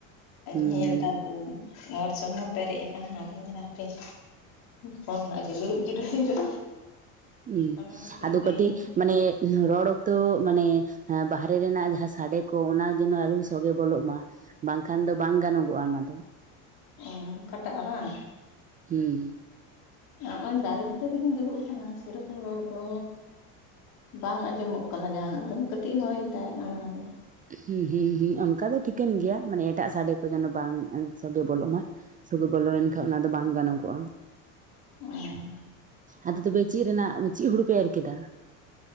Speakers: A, on the right; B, on the left.
A: ᱦᱩᱸ
B: ᱧᱮᱞ ᱛᱚ ᱦᱚᱣᱟᱴᱥᱚᱯ ᱢᱟ ᱯᱮᱨᱮᱡ ᱟᱠᱟᱱᱟ ᱟᱫᱩᱧ ᱧᱮᱞᱟ ᱦᱟᱯᱮᱧ ᱠᱚᱞ ᱠᱟᱜ ᱜᱮ ᱫᱩᱲᱩᱵ ᱡᱤᱨᱟᱹᱣ ᱡᱤᱨᱟᱹᱣ᱾
A: ᱦᱩᱸ
B: ᱚᱱᱟ ᱠᱷᱟᱹᱛᱤᱨ
A: ᱟᱫᱚ ᱠᱟᱹᱴᱤᱜ
B: ᱤᱧ
A: ᱢᱟᱱᱮ ᱨᱚᱲ ᱚᱠᱛᱚ ᱢᱟᱱᱮ ᱵᱟᱦᱮᱨᱮ ᱨᱮᱱᱟᱜ ᱡᱟᱦᱟᱸ ᱥᱟᱰᱮ ᱠᱚ ᱚᱱᱟ ᱡᱮᱱᱚ ᱟᱞᱩ ᱥᱚᱜᱮ ᱵᱚᱞᱚᱜ ᱢᱟ᱾ ᱵᱟᱝᱠᱷᱟᱱ ᱫᱚ ᱵᱟᱝ ᱜᱟᱱᱚᱜᱚᱜ-ᱟ ᱚᱱᱟ ᱫᱚ᱾
B: ᱚ ᱠᱷᱴᱟᱜ-ᱟ ᱵᱟᱝ
A: ᱦᱩᱸ
B: ᱱᱚᱜ-ᱚᱭ ᱫᱟᱨᱮ ᱵᱩᱴᱟᱹ ᱨᱮᱜᱮᱧ ᱫᱩᱲᱩᱵ ᱟᱠᱟᱱᱟ ᱥᱮᱨᱚᱠᱚᱢ ᱨᱚᱲ ᱫᱚ ᱵᱟᱝ ᱟᱸᱡᱚᱢᱚᱜ ᱠᱟᱱᱟ ᱡᱟᱦᱟᱱᱟᱜ ᱫᱚ ᱠᱟᱹᱴᱤᱡ ᱦᱚᱭᱮᱫᱟᱭ ᱚᱱᱟᱜᱮ᱾
A: ᱦᱩᱸ ᱦᱩᱸ ᱦᱩᱸ ᱚᱱᱠᱟ ᱫᱚ ᱴᱷᱤᱠᱟᱹᱱ ᱜᱮᱭᱟ ᱢᱟᱱᱮ ᱮᱴᱟᱜ ᱥᱟᱰᱮ ᱠᱚ ᱡᱮᱱᱚ ᱵᱟᱝ ᱥᱚᱜᱮ ᱵᱚᱞᱚᱜ ᱢᱟ᱾ ᱥᱩᱜᱮ ᱵᱚᱞᱚ ᱞᱮᱱᱠᱷᱟᱱ ᱚᱱᱟ ᱫᱚ ᱵᱟᱝ ᱜᱟᱱᱚᱜᱚᱜ-ᱟ᱾
B: ᱚᱸ
A: ᱟᱫᱚ ᱛᱚᱵᱮ ᱪᱮᱜ ᱨᱮᱱᱟᱜ ᱪᱮᱜ ᱦᱩᱲᱩ ᱯᱮ ᱮᱨ ᱠᱮᱫᱟ?